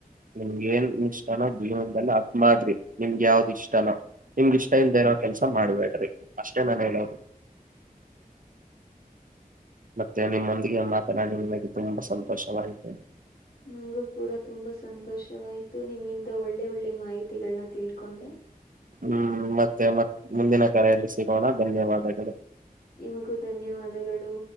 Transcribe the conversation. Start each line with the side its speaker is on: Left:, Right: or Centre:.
Right: ನಿಮಗ ಏನ್ ಇಷ್ಟಾನೋ ಜೀವನದಲ್ಲಿ ಅದ್ನ ಮಾಡ್ರಿ ನಿಮ್ಗ ಯಾವ್ದ್ ಇಷ್ಟಾನೋ ನಿಮ್ಗ ಇಷ್ಟಾ ಇಲ್ದಿರೋ ಕೆಲ್ಸ ಮಾಡ್ಬೇಡ್ರಿ. ಅಷ್ಟೇ ನಾನ ಹೇಳೋದು. ಮತ್ತೆ ನಿಮ್ಮೊಂದಿಗೆ ಮಾತನಾಡಿ ನಿಮಗೆ ತುಂಬಾ ಸಂತೋಷವಾಯಿತು.
Left: ನನಗು ಕೂಡ ತುಂಬ ಸಂತೋಷವಾಯ್ತು ನಿಮ್ಮಿಂದ ಒಳ್ಳೆ ಒಳ್ಳೆ ಮಾಹಿತಿಗಳನ್ನ ತಿಳ್ಕೊಂಡೆ.
Right: ಹ್ಮ್ ಮತ್ತೆ ಮತ್ ಮುಂದಿನ ಕರೆಯಲ್ಲಿ ಸಿಗೋಣ ಧನ್ಯವಾದಗಳು.
Left: ನಿಮಗೂ ಧನ್ಯವಾದಗಳು.